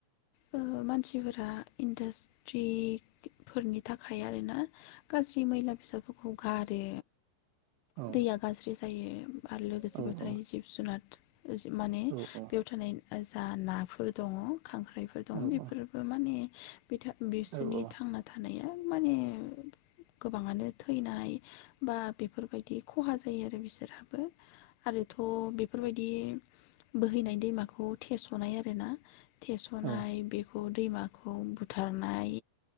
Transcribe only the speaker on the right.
औ
औ
औ
औ औ
औ
औ
औ औ
औ